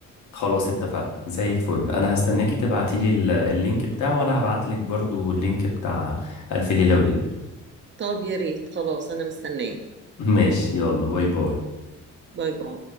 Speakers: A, on the left; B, on the right.
A: خلاص اتفقنا زي الفل انا هستناكي تبعتي لي اللينك بتاعه وانا هبعت لك برضو اللينك بتاع الف ليلة وليلة
B: طب يا ريت خلاص انا مستنيه
A: <laughs> ماشي يلا باي باي
B: باي باي